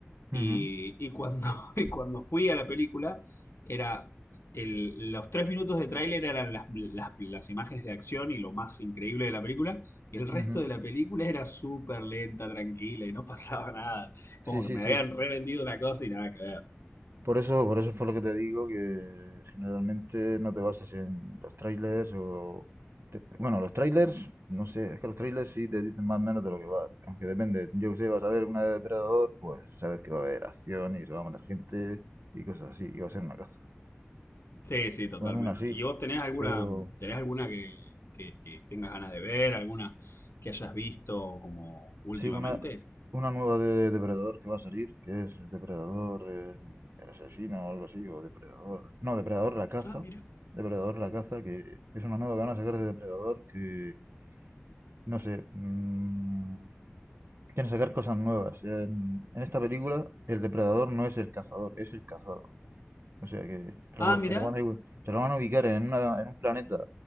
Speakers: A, on the left; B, on the right.
A: Y,
B: Ujú,
A: y cuando, <laughs> y cuando fui a la película, era. el- los tres minutos de tráiler eran las, las- las imágenes de acción y lo más increíble de la película. Y el resto
B: ujú.
A: de la película era súper lenta, tranquila y no <laughs> pasaba nada.
B: Sí,
A: Como
B: sí,
A: que me
B: sí.
A: habían revendido una cosa y nada que ver.
B: Por eso, por eso es por lo que te digo que generalmente no te bases en los trailers o... te- bueno, los trailers, no sé, es que los trailers sí te dicen más o menos de lo que va. Aunque depende, yo que sé, vas a ver una de Depredador, pues sabes que va a haber acción y se va a matar gente y cosas así, y va a ser una caza.
A: Sí, sí, totalmente.
B: Bueno, aún así,
A: ¿Y vos tenés alguna,
B: pero...
A: tenés alguna que, que- que tengas ganas de ver, alguna que hayas visto como últimamente?
B: Sí, una, una nueva de Depredador que va a salir, que es Depredador eh, el asesino o algo así, o Depredador. No, Depredador la caza.
A: Ah, mira.
B: Depredador la caza, que es una nueva que van a sacar de Depredador, que no sé. mm, quieren sacar cosas nuevas. En, en esta película, el Depredador no es el cazador, es el cazado. O sea que te lo,
A: Ah, mira.
B: te lo van a, ubi- te lo van a ubicar en, una, en un planeta